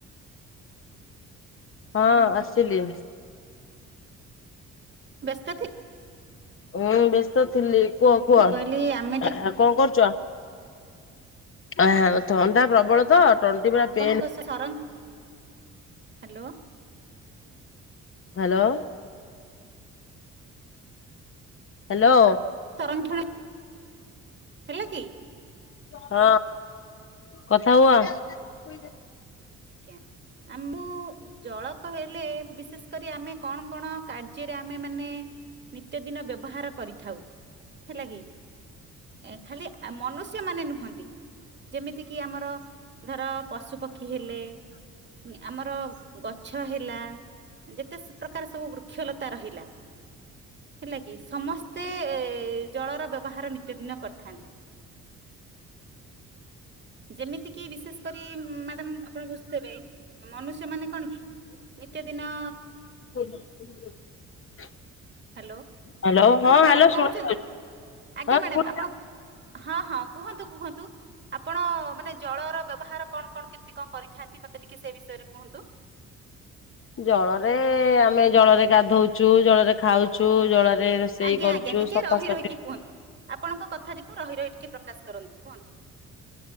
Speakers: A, on the left; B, on the right.
A: ହଁ ଆସିଲି।
B: ବ୍ୟସ୍ତଥି
A: ଉଁ ବ୍ୟସ୍ତ ଥିଲି କୁହ କୁହ
B: ମୁଁ
A: ଆ
B: କହିଲି ଆମେ ଟିକେ
A: କଁ କରୁଚ? ଆହା ଓ ଥଣ୍ଡା ପ୍ରବଳ ତ ତଣ୍ଟି ପୁରା ପେନ୍
B: ପଣଙ୍କ ସେ ସଂର ହାଲୋ।
A: ହାଲୋ। ହେଲୋ।
B: ସଂରକ୍ଷଣ ହେଲା କି?
A: ହଁ କଥା ହୁଅ। ତୁଇ ଦେ
B: ଜ୍ଞା ଆ ମୁଁ ଉଁ ଜଳକ ହେଲେ ବିଶେଷ କରି ଆମେ କଣ କଣ କାର୍ଯ୍ୟରେ ଆମେ ମାନେ ନିତ୍ୟ ଦିନ ବ୍ୟବହାର କରିଥାଉ, ହେଲା କି? ଏ ଖାଲି ଆ ମନୁଷ୍ୟମାନେ ନୁହଁନ୍ତି। ଯେମିତି କିି ଆମର ଧର ପଶୁପକ୍ଷୀ ହେଲେ ନି ଆମର ଗ ଛ ହେଲା ଯେତେ ସ ପ୍ରକାର ସବୁ ବୃକ୍ଷଲତା ରହିଲା। ହେଲା କି ସମସ୍ତେ ଜଳର ବ୍ୟବହାର ନିତ୍ୟ ଦିନ କରିଥାନ୍ତି। ଯେମିତି କି ବିଶେଷ କରି ମାଡ଼ାମ୍ ଅ ତେବେ ମନୁଷ୍ୟ ମାନେ କଣ କି ନିତ୍ୟ ଦିନ
A: କୋଇଲା ଏପଟୁକୁ ଆଇ।
B: ହ୍ୟାଲୋ
A: ହାଲୋ
B: ଆପଣ
A: ହଁ
B: ମ୍ୟାଡାମ
A: ହାଲୋ
B: କହୁଛନ୍ତି
A: ଶୁଣା ଯାଉଚି
B: ଆଜ୍ଞା
A: ହଁ
B: ମ୍ୟାଡାମ
A: ଶୁଣ୍
B: ଆପଣ କୁଅ ହଁ ହଁ କୁହନ୍ତୁ କୁହନ୍ତୁ ଆପଣ ମାନେ ଜଳର ବ୍ୟବହାର କଣ କଣ କେମତି କଣ କରିଥାନ୍ତି ମତେ ମତେ ଟିକେ ସେ ବିଷୟରେ କୁହନ୍ତୁ।
A: ଜଳରେ ଆମେ ଜଳରେ ଗାଧଉଛୁ ଜଳରେ ଖାଉଛୁ ଜଳରେ ରୋଷେଇ
B: ଆଜ୍ଞା
A: କରୁଛୁ
B: ଆଜ୍ଞା ଟିକେ
A: ସଫାସଫି
B: ରହି ରହିକି କୁହନ୍ତୁ ଆ ଆପଣଙ୍କ କଥା ଟିକୁ ରହି ରହି ଟିକେ ପ୍ରକାଶ କରନ୍ତୁ କୁହନ୍ତୁ।